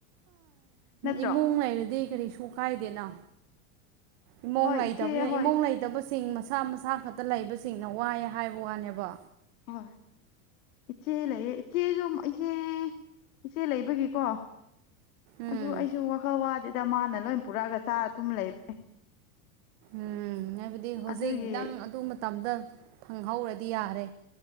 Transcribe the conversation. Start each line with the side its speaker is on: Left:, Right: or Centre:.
Left: ꯅꯠꯇ꯭ꯔꯣ
Right: ꯏꯃꯨꯡ ꯂꯩꯔꯗꯤ ꯀꯔꯤꯁꯨ ꯀꯥꯏꯗꯦꯅ ꯏꯃꯣꯡ
Left: ꯍꯣꯏ
Right: ꯂꯩꯇꯕꯅꯤꯅ
Left: ꯏꯆꯦ ꯍꯣꯏ
Right: ꯏꯃꯨꯡ ꯂꯩꯇꯕꯁꯤꯡ ꯃꯁꯥ ꯃꯁꯥ ꯈꯛꯇ ꯂꯩꯕꯁꯤꯡꯅ ꯋꯥꯏꯑꯦ ꯍꯥꯏꯕ ꯋꯥꯅꯦꯕ
Left: ꯍꯣꯏ ꯏꯆꯦ ꯂꯩꯌꯦ ꯏꯆꯦꯁꯨ ꯏꯆꯦ ꯏꯆꯦ ꯂꯩꯕꯒꯤꯀꯣ
Right: ꯎꯝ
Left: ꯑꯗꯨ ꯑꯩꯁꯨ ꯋꯥꯈꯜ ꯋꯥꯗꯦꯗ ꯃꯥꯅ ꯂꯣꯏ ꯄꯨꯔꯛꯑꯒ ꯆꯥꯔ ꯇꯨꯝ ꯂꯩꯕꯦ
Right: ꯎꯝ ꯍꯥꯏꯕꯗꯤ ꯍꯧꯖꯤꯛ
Left: ꯑꯗꯨꯒꯤ
Right: ꯅꯪ ꯑꯗꯨ ꯃꯇꯝꯗ ꯐꯪꯍꯧꯔꯗꯤ ꯌꯥꯔꯦ